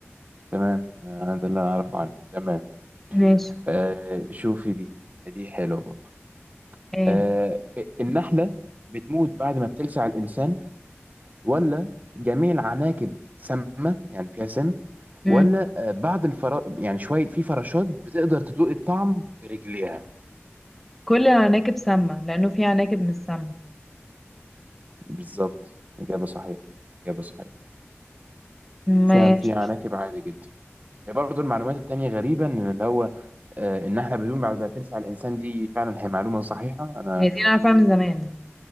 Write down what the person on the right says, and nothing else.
تمام آه، ده اللي انا اعرفه عنه تمام
آه شوفي دي دي حلوه برضو
آه النحله بتموت بعد ما بتلسع الانسان ولا جميع العناكب سامه يعني فيها سم
ولا آه بعض الفرا يعني شويه في فراشات بتقدر تدوق الطعم برجليها
بالظبط اجابه صحيحه اجابه صحيحه
كان في عناكب عادي جدا هي برضو المعلومات التانية غريبة إن اللي هو آه، النحلة بدون بعد ما تلسع الإنسان دي فعلا هي معلومة صحيحة أنا